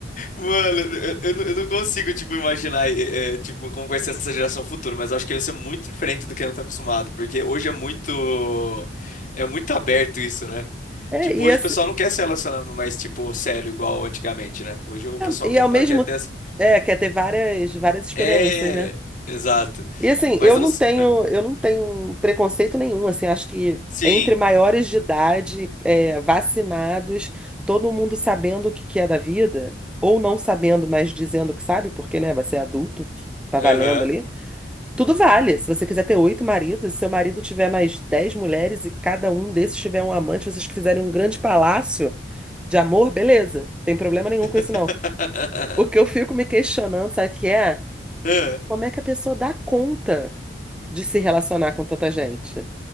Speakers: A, on the left; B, in the centre.
A: Mano, eu, eu não eu não consigo, tipo, imaginar, é, é, tipo, como vai ser essa geração futura, mas eu acho que vai ser muito diferente do que a gente tá acostumado, porque hoje é muito, é muito aberto isso, né?
B: É,
A: Tipo,
B: É, e,
A: hoje
B: esse,
A: o pessoal não quer se relacionar mais, tipo, sério, igual antigamente, né? Hoje o pessoal
B: é, e
A: quer,
B: ao
A: fa-
B: mesmo
A: quer ter... essa-
B: é, quer ter várias, várias experiências,
A: É,
B: né?
A: exato.
B: E assim,
A: Mas
B: eu
A: eu
B: não
A: não... s-
B: tenho,
A: ah,
B: eu não tenho preconceito nenhum, assim, acho que
A: Sim,
B: entre maiores de idade, é, vacinados, todo mundo sabendo o que que é da vida, ou não sabendo, mas dizendo que sabe, porque, né, você é adulto, tá
A: aham.
B: valendo ali. Tudo vale. Se você quiser ter oito maridos, se seu marido tiver mais dez mulheres e cada um desses tiver um amante, vocês fizerem um grande palácio de amor, beleza. Tem problema nenhum com isso,
A: <laughs>
B: não. O que eu fico me questionando, sabe o que é?
A: Ah.
B: Como é que a pessoa dá conta? de se relacionar com tanta gente.